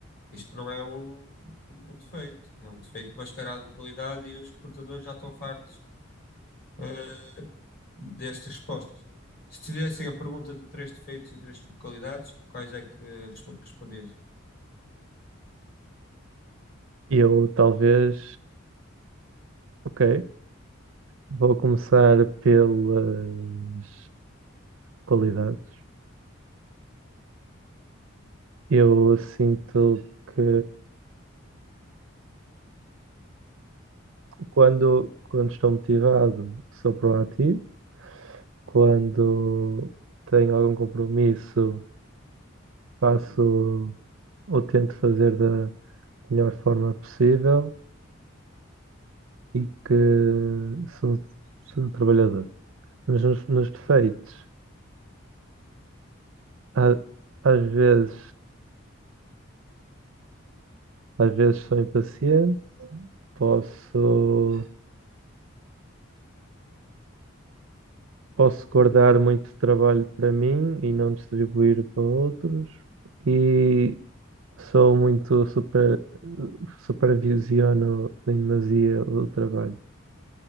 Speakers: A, on the left; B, on the right.
A: Isto não é um, um, um defeito. É um defeito mascarado de qualidade e os recrutadores já estão fartos, eh, destas respostas. Se tivessem a pergunta de três defeitos e três qualidades, quais é que respo- respondias?
B: E eu talvez, ok, Vou começar pelas qualidades. Eu sinto que quando, quando estou motivado, sou proativo. Quando tenho algum compromisso, faço ou tento fazer da melhor forma possível e que sou, sou um trabalhador. Mas nos, nos defeitos, a- às vezes, às vezes sou impaciente, posso. posso guardar muito trabalho para mim e não distribuir para outros. E sou muito super, supervisiono em demasia o trabalho.